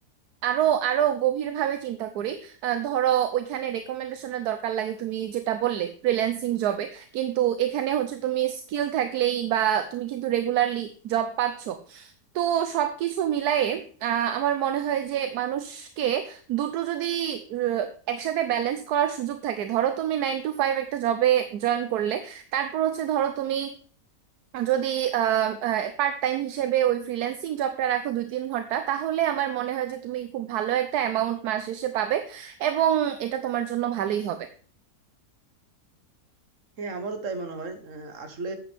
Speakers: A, on the right (about 75°); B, on the right (about 55°).
A: আরো আরো গভীরভাবে চিন্তা করি আহ, ধরো ওইখানে রেকমেন্ডেশনের দরকার লাগে তুমি যেটা বললে ফ্রিল্যান্সিং জবে কিন্তু এখানে হচ্ছে তুমি স্কিল থাকলেই বা তুমি কিন্তু রেগুলারলি জব পাচ্ছ তো সবকিছু মিলায়ে আহ, আমার মনে হয় যে মানুষকে দুটো যদি আহ, একসাথে ব্যালেন্স করার সুযোগ থাকে ধরো তুমি নাইন টু ফাইভ একটা জবে জয়েন করলে তারপর হচ্ছে ধরো তুমি যদি পার্ট টাইম হিসেবে ওই ফ্রিল্যান্সিং জবটা রাখো দুই তিন ঘন্টা তাহলে আমার মনে হয় যে তুমি খুব ভালো একটা অ্যামাউন্ট মাস শেষে পাবে এবং এটা তোমার জন্য ভালোই হবে
B: হ্যাঁ আমারও তাই মনে হয় আহ, আসলে